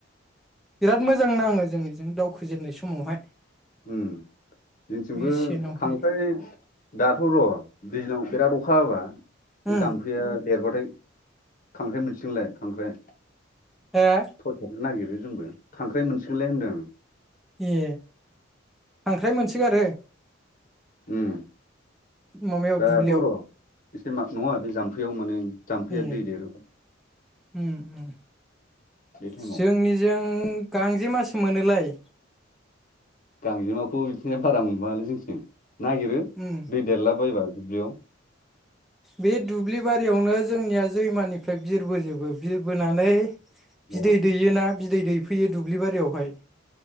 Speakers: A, in the centre; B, on the left (about 45°).
A: बिराद मोजां नाङो जों बेजोंनो दावखोजेननाय समावहाय
B: उम जोंथिंबो
A: बे सेनावहाय
B: खांख्राय दाथ' र' दैज्लाव बिराद अखा हाबा बे
A: उम
B: जाम्फैया देरबाथाय खांख्राइ मोनसिगोनलाय खांख्राइ
A: ए
B: थसाबनो नागिरो जोंबो खांख्राइ मोनसिगोनलाय होन्दों
A: ए खांख्राइ मोनसोगारो
B: उम
A: माबायाव
B: दाथ'
A: दुब्लियाव
B: र' एसे मा नंङा बे जाम्फैयाव माने जाम्फैया
A: ए
B: दै देरोब्ला
A: उम उम
B: बे टाइमाव
A: जोंनिजों गांजेमासो मोनोलाय
B: गांजेमाखौ बिथिंजाय बारा मोनबांङालै जोंनिथिं नागिरो
A: उम
B: दै देरला बायबा दुब्लियाव
A: बे दुब्लि बारियावनो जोंनिया जैमानिफ्राय बिरबोजोबो बिरबोनानै बिदै
B: अ
A: दैयोना बिदै दैफैयो दुब्लि बारियावहाय